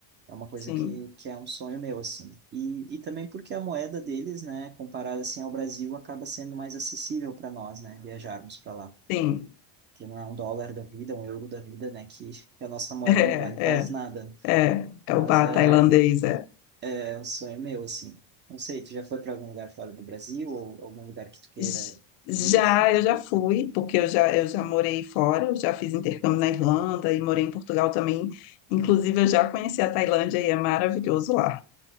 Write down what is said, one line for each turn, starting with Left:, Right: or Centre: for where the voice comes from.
Right: É uma coisa
Left: sim,
Right: que, que é um sonho meu, assim. E, e também porque a moeda deles, né, comparada assim ao Brasil, acaba sendo mais acessível para nós, né, viajarmos para lá
Left: sim.
Right: que não é um dólar da vida, um euro da vida, né? Que, que a nossa moeda
Left: <laughs> É,
Right: não vale quase
Left: é,
Right: nada.
Left: é, é
Right: Mas
Left: o bar
Right: é,
Left: tailandês. É.
Right: é um sonho meu, assim. Não sei, tu já foi para algum lugar fora do Brasil ou algum lugar que tu queira
Left: J- Já,
Right: ir, assim?
Left: eu já fui, porque eu já, eu já morei fora, eu já fiz intercâmbio na Irlanda e morei em Portugal também. Inclusive, eu já conheci a Tailândia e é maravilhoso lá.